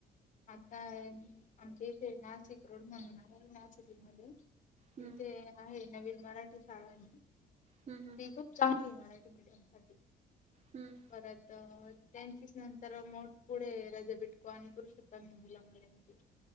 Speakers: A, on the left (about 50°); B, on the right (about 40°).
A: आता आमचे इथे नाशिक रोड म्हणून आहे, नाशिक मध्ये-
B: हम्म
A: इथे आहे, नवीन मराठी शाळा आहे ना-
B: ह. ह.
A: ती खूप चांगलीये मराठी मीडियम साठी.
B: हम्.
A: परत त्यांचीच नंतर मोठ पुढे, रज पिटको आणि पुरु- क मेमला मु <unintelligible>